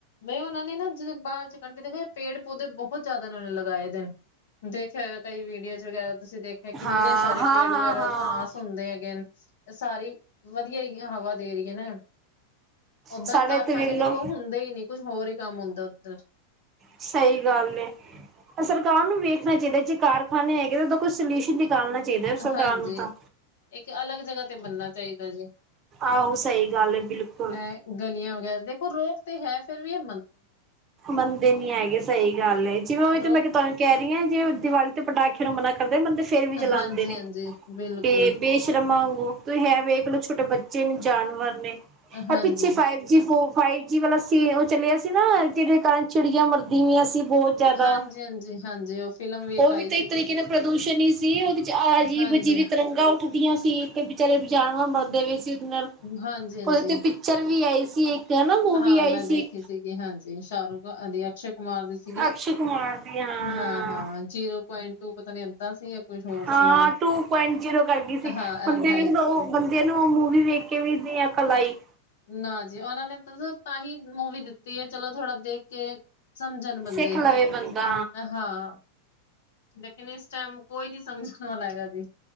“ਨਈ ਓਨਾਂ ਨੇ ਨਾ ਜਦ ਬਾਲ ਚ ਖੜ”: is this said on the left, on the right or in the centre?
Left